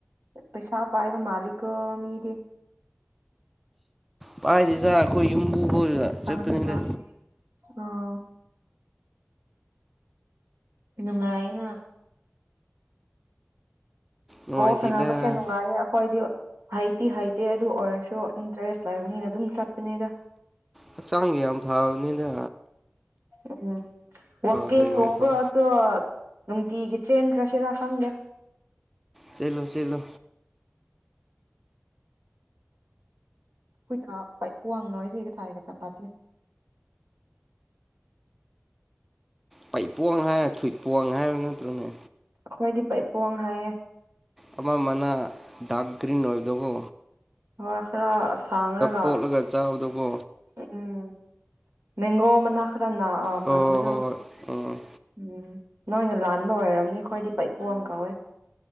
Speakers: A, on the right; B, in the centre.
A: ꯄꯩꯁꯥ ꯄꯥꯏꯕ ꯃꯥꯂꯤꯀ‌ꯣ ꯃꯤꯗꯤ
B: ꯄꯥꯏꯗ‌ꯦ ꯗ ꯑꯩꯈꯣꯏ ꯌꯨꯝꯕꯨꯕꯨ
A: ꯇꯥꯒꯅꯤ
B: ꯆꯠꯄꯅꯤꯗ
A: ꯀ꯭ꯂꯥꯁ ꯑꯥ ꯅꯨꯡꯉꯥꯏꯅ
B: ꯅꯨꯡꯉꯥꯏꯇꯦꯗ
A: ꯕꯣꯜ ꯑꯅꯥꯕꯁꯦ ꯌꯥꯝ ꯅꯨꯡꯉꯥꯏꯌꯦ ꯑꯩꯈꯣꯏꯗꯤ ꯍꯩꯗꯤꯍꯩꯇꯦ ꯑꯗꯨ ꯑꯣꯏꯔꯁꯨ ꯏꯟꯇꯔꯦꯁ ꯂꯩꯕꯅꯤꯅ ꯑꯗꯨꯝ ꯆꯠꯄꯅꯦꯗ
B: ꯍꯛꯆꯥꯡꯒꯤ ꯌꯥꯝ ꯐꯕꯅꯤꯅ
A: ꯎꯝ ꯋꯥꯀꯤꯡꯒꯨꯝꯕꯁꯨ
B: ꯀꯔꯤ ꯀꯔꯤ ꯇꯧ
A: ꯅꯨꯡꯇꯤꯒꯤ ꯆꯦꯟꯈ꯭ꯔꯁꯤꯔꯥ ꯈꯪꯗꯦ
B: ꯆ‌ꯦꯂꯣ ꯆ‌ꯦꯂꯣ
A: <unintelligible>
B: ꯄꯩ ꯄꯣꯋꯥꯡ ꯍꯥꯏꯔ ꯊꯨꯏꯠ ꯄꯣꯋꯥꯥꯡ ꯍꯥꯏꯔꯕ ꯅꯠꯇ꯭ꯔꯣꯅꯦ
A: ꯑꯩꯈꯣꯏꯗꯤ ꯄꯩꯄꯣꯋꯥꯡ ꯍꯥꯏꯌꯦ
B: ꯑ ꯃꯅꯥ ꯗꯒ꯭ꯔꯤꯟ ꯑꯣꯏꯗ ꯀꯣ
A: ꯍꯣꯏ ꯈꯔ ꯁꯥꯡꯔꯒ
B: ꯀꯣꯠꯂꯒ ꯆꯥꯕꯗꯣꯀꯣ
A: ꯎꯝ ꯃꯦꯡꯒꯣ ꯃꯅꯥ ꯈꯔꯅꯥ ꯃꯥꯟꯕꯥꯟꯕꯗꯣ
B: ꯍꯣꯏ ꯍꯣꯏ ꯍꯣꯏ ꯍꯣꯏ ꯎꯝ
A: ꯎꯝ ꯅꯣꯏꯅ ꯂꯥꯟꯕ ꯑꯣꯏꯔꯝꯅꯤ ꯑꯩꯈꯣꯏꯗꯤ ꯄꯩꯄꯣꯡ ꯀꯧꯋꯦ